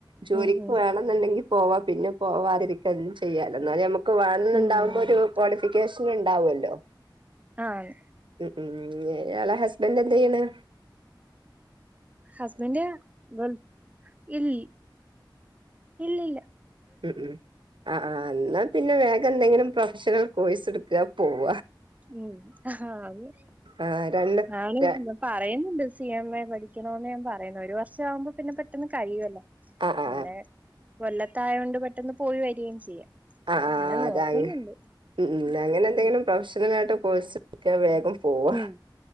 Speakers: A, on the right; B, on the right.
A: ജോലിക്ക്
B: ഉം ഉം
A: വേണംന്നുണ്ടെങ്കി പോവാ പിന്നെ പോവാതിരിക്കും ചെയ്യാലൊ എന്നാലമ്മക്ക് വേണന്നുണ്ടാവുമ്പോ
B: ഉം
A: ഒരു ക്വാളിഫിക്കേഷൻ ണ്ടാവോല്ലോ
B: ആണ്
A: ഉം ഉം ഇയാളെ ഹസ്ബൻറ്എന്തയ്യണ്
B: ഹസ്ബെൻറ്റ് ഇല്ല ഇല്ല ഇല്ല
A: ഉം ഉം അഹ് ആഹ് എന്നാ പിന്നെ വേഗം എന്തെങ്കിലും പ്രൊഫഷണൽ കോഴ്സ് എടുക്ക പോവ
B: ഉം അതെ
A: ആ രണ്ട്
B: ആള്
A: ആ
B: പറയുന്നുണ്ട് സി എം എ പഠിക്കണോന്ന് ഞാൻ പറയുന്നു ഒരു വർഷം ആവുമ്പോം പിന്നെ പെട്ടെന്ന് കഴിയുവല്ലോ
A: ആ
B: പിന്നെ കൊല്ലത്തായ കൊണ്ട് പെട്ടെന്ന് പോയി വരികയും ചെയ്യാം
A: ആഹ് ആഹ്
B: അങ്ങനെ നോക്കുന്നുണ്ട്
A: അതങ്‌ ഉം ഉം അങ്ങനെ എന്തേലും പ്രൊഫഷണലായിട്ട് കോഴ്സട്ക്ക വേഗം പോവാ
B: ഉം